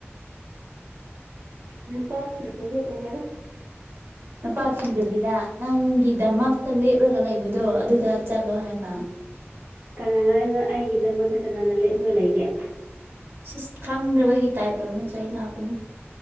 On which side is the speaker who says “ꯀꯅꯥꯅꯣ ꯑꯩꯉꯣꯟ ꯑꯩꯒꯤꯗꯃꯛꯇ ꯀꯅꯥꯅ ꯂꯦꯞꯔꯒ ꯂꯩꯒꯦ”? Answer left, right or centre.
Right